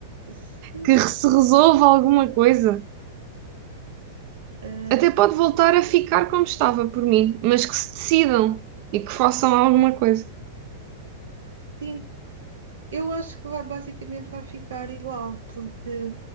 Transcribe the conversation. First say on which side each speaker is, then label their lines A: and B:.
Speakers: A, on the right; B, on the right.
A: Sim,
B: Que se resolva alguma coisa.
A: ah,
B: Até pode voltar a ficar como estava por mim, mas que se decidam e que façam alguma coisa.
A: sim. Eu acho que vai, basicamente vai ficar igual, porque